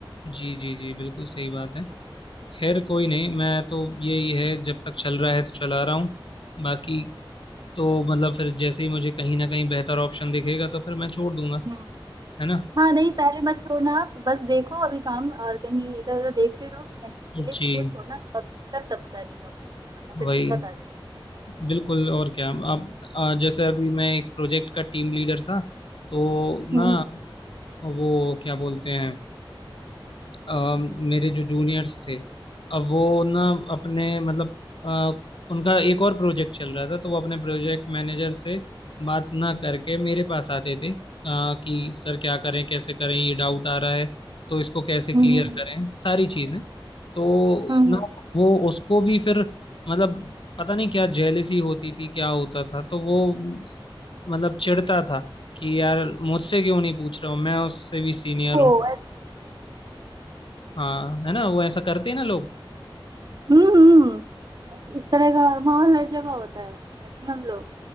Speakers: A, on the left (about 65°); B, on the right (about 50°).
A: जी जी जी बिल्कुल सही बात है खैर कोई नहीं मैं तो यही है जब तक चल रहा है तो चला रहा हूँ बाकी तो मतलब फिर जैसे ही मुझे कहीं ना कहीं बेहतर ऑप्शन दिखेगा तो फिर मैं छोड़ दूंगा
B: हम्म
A: है ना
B: हाँ नहीं पहले मत छोड़ना आप बस देखो अभी काम और कहीं इधर उधर देखते रहो कहीं अच्छा
A: जी
B: मिले तो छोड़ना और दिक्कत तब सारी जॉब छोड़ना, वरना
A: वही
B: फिर दिक्कत आ जाती
A: बिल्कुल और क्या अब अ, जैसे अभी मैं एक प्रोजेक्ट का टीम लीडर था तो
B: है
A: ना
B: हम्म
A: वो क्या बोलते हैं अ, मेरे जो जूनियर्स थे अब वो ना अपने मतलब अ, उनका एक और प्रोजेक्ट चल रहा था तो वो अपने प्रोजेक्ट मैनेजर से बात ना करके मेरे पास आते थे अ, कि सर क्या करें कैसे करें ये डाउट आ रहा है तो इसको कैसे क्लियर
B: हम्म
A: करें सारी चीजें तो
B: हम्म
A: ना
B: हम्म।
A: वो उसको भी फिर मतलब पता नहीं क्या जेलेसी होती थी क्या होता था तो वो मतलब चिढ़ता था कि यार मुझसे क्यों नहीं पूछ रहा हूँ मैं उससे भी सीनियर हूँ
B: ओ अच्छा
A: हाँ है ना वो ऐसा करते हैं ना लोग
B: हम्म हम्म इस तरह का माहौल हर जगह होता है मैक्सिमम लोग